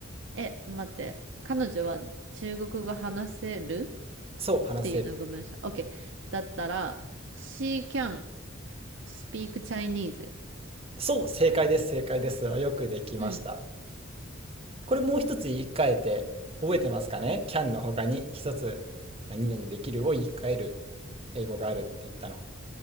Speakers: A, on the right; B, on the right.
A: え、待って、彼女は中国語話せる
B: そう話せる。
A: っていうのが文章。OK。だったら、She can speak Chinese.
B: そう、正解です、正解です。よくできました。
A: うん。
B: これもう一つ言い換えて覚えてますかね ?can の他に一つ何々できるを言い換える英語があるって言ったの。